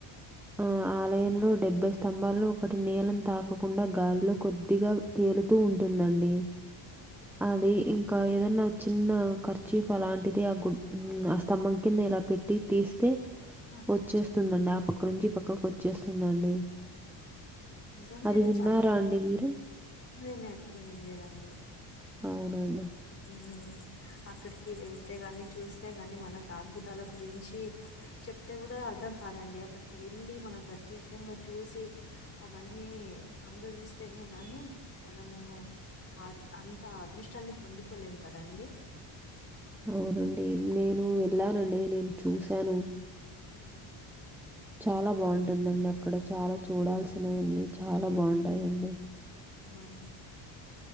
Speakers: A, in the centre; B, on the left (about 30°).
A: ఆ ఆలయంలో డెబ్బై స్తంభాల్లో ఒకటి నేలను తాకకోకుండా గాల్లో కొద్దిగా తేలుతూ ఉంటుందండి
B: ఓకే
A: అది ఇంకా ఏదన్నా చిన్న ఖర్చీప్ అలాంటిది ఆ గు ఆ స్తంభం కింద ఇలా పెట్టి తీస్తే
B: ఆ,
A: వచ్చే వస్తుందండి ఆ పక్క నుంచి పక్కకి వచ్చేస్తుందండి
B: నిజంగా
A: అది
B: ఇది
A: విన్నారా
B: చాలా అద్భుతం
A: అండి మీరు?
B: నేను ఎప్పుడు వినలేదండి
A: అవునండి.
B: హు అక్కడికి వెళ్తే గాని చూస్తే గాని మనకు అద్భుతాల గురించి చెప్తే కూడా అర్ధం కాదండి అక్కడికి వెళ్ళి మనం ప్రత్యక్షంగా చూసి అవన్నీ అనుభవిస్తేనే గానీ మనము అ అంత అదృష్టాన్ని పొందుకోలేం కదండి
A: అవునండి నేను వెళ్ళానండి నేను చూశాను
B: ఉ
A: చాలా బాగుంటుందండి అక్కడ చాలా చూడాల్సినవన్నీ చాలా బాగుంటాయి అండి
B: అవునండి